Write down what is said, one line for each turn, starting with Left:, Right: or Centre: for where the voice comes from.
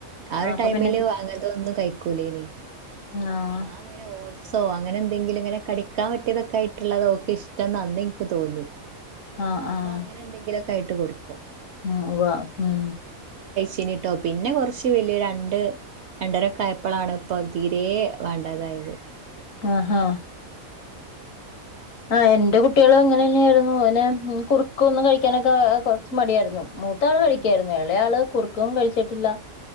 Right: ആ
Left: ആഹ്
Right: ഒരു
Left: അപ്പൊ
Right: ടൈമില്
Left: പിന്നെ
Right: അങ്ങനത്തതൊന്നും കഴിക്കൂലേനി
Left: ആഹ്
Right: അങ്ങനെ ഓ സോ അങ്ങനെ എന്തെങ്കിലും ഇങ്ങനെ കടിക്കാൻ പറ്റിയതൊക്കെ ആയിട്ടുള്ളത് ഓക്ക് ഇഷ്ടംന്ന് അന്നെനിക്ക് തോന്നി
Left: ആഹ്
Right: അപ്പൊ
Left: ആഹ്
Right: അങ്ങനെ എന്തെങ്കിലും ഒക്കായിട്ട് കൊടുക്കും
Left: ഉം ഉവ്വാ ഉം
Right: പിന്നിട്ടോ പിന്നെ കൊറച്ച് വലിയ രണ്ട് രണ്ടരയൊക്കെ ആയപ്പോളാണ് ഇപ്പൊ തീരേ വേണ്ടാതായത്
Left: ആ ആ ആ എന്റെ കുട്ടികളും അങ്ങനെ തന്നെയായിരുന്നു ഓന് കുറുക്കൊന്നും കഴിക്കാനൊക്കെ കൊറച്ച് മടിയായിരുന്നു മൂത്താള് കഴിക്കാരുന്നു
Right: ആ
Left: എളയാള് കുറുക്കും കഴിച്ചിട്ടില്ല